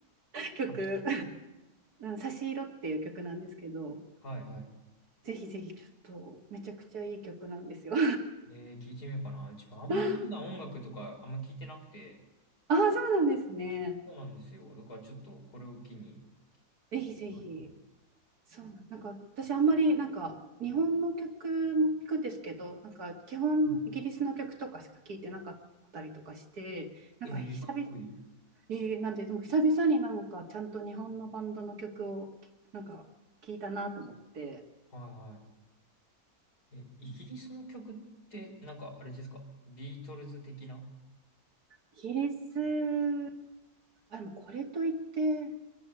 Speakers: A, on the right (about 75°); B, on the left (about 85°).
A: 曲
B: あ、
A: 差し色」っていう曲なんですけど
B: はいはい。
A: ぜひぜひちょっとめちゃくちゃいい曲なんですよ。
B: えー、聞いてみようかな。自分あんまり普段音楽とかあんま聞いてなくて、
A: <laughs> ああそうなんですね。
B: そうなんですよ。だからちょっとこれを機に聞
A: ぜひぜひ。
B: きたいな。
A: そうなん、なんか私あんまりなんか日本の曲も聞くんですけど、なんか基本イギリスの曲とかしか聞いてなかったりとかして、
B: うん。
A: なんか久々、
B: ええ、かっこいい。
A: えーなんてでも久々になんかちゃんと日本のバンドの曲をなんか聞いたなと思って、
B: はいはい。え、イギリスの曲ってなんかあれですかビートルズ的な
A: イギリス、あ、でもこれといって、